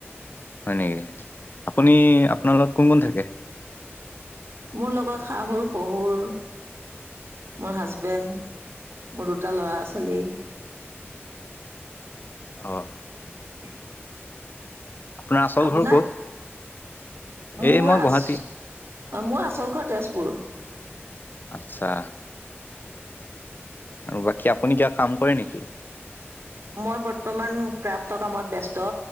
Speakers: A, on the left; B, on the right.
A: হয় নেকি, আপুনি আপোনাৰ লগত কোন কোন থাকে?
B: মোৰ লগত শাহুৰ, শহুৰ মোৰ হাজবেণ্ড, মোৰ দুটা ল'ৰা ছোৱালী
A: অ'।
B: <unintelligible>
A: আপোনাৰ আচল
B: আপোনাৰ?
A: ঘৰ ক'ত?
B: মোৰ
A: এই মই
B: আচ
A: গুৱাহাটী।
B: মোৰ আচল ঘৰ তেজপুৰ।
A: আচ্ছা। আৰু বাকী আপুনি কিবা কাম কৰে নেকি?
B: মই বৰ্তমান ক্ৰাফ্টৰ কামত ব্যস্ত,